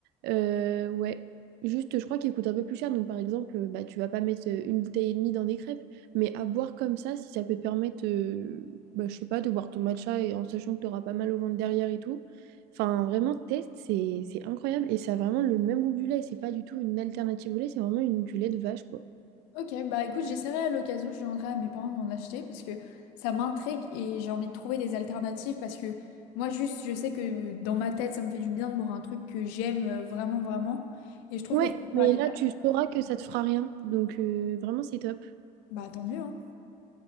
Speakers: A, on the right (about 50°); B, on the left (about 65°).
A: Euh, ouais. Juste, je crois qu'il coûte un peu plus cher. Donc, par exemple, euh, bah, tu vas pas mettre euh, une bouteille et demie dans des crêpes. Mais à boire comme ça, si ça peut te permettre, euh, bah, je sais pas, de boire ton matcha et en sachant que tu auras pas mal au ventre derrière et tout. Enfin, vraiment, test, c'est c'est incroyable et ça a vraiment le même goût que du lait. C'est pas du tout une alternative au lait, c'est vraiment une, du lait de vache, quoi.
B: Ok, bah écoute, j'essaierai à l'occasion, je demanderai à mes parents de m'en acheter parce que ça m'intrigue et j'ai envie de trouver des alternatives parce que moi juste je sais que euh, dans ma tête ça me fait du bien de boire un truc que j'aime euh, vraiment vraiment et je trouve
A: Ouais,
B: que c'est pas
A: mais
B: agréable.
A: là, tu sauras que ça te fera rien. Donc, euh, vraiment, c'est top.
B: Bah tant mieux, hein.